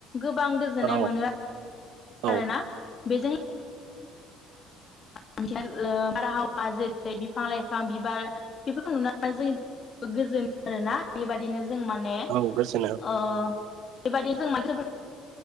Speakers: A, on the left; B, on the right.
A: गोबां गोजोननाय
B: औ
A: मोनो आं
B: औ
A: आरोना बेजों <unintelligible> बारहावा जेरै बिफां लाइफां बिबार बेफोरखौ नुनानै जों गोजोन आरोना बेबायदिनो <unintelligible> जों माने ओ
B: औ गोजोनो
A: बेबायदि जों <unintelligible>